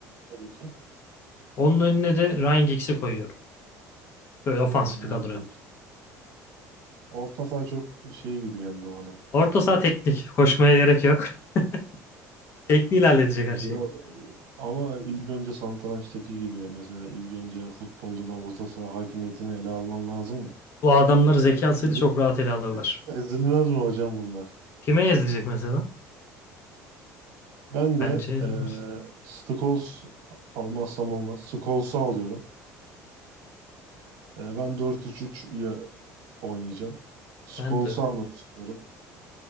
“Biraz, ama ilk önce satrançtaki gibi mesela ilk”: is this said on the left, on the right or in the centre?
Right